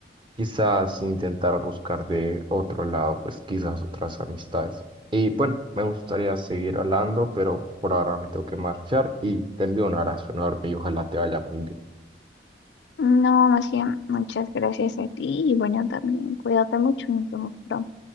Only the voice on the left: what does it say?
No, más bien, muchas gracias a ti y bueno, también cuídate mucho, nos vemos pronto.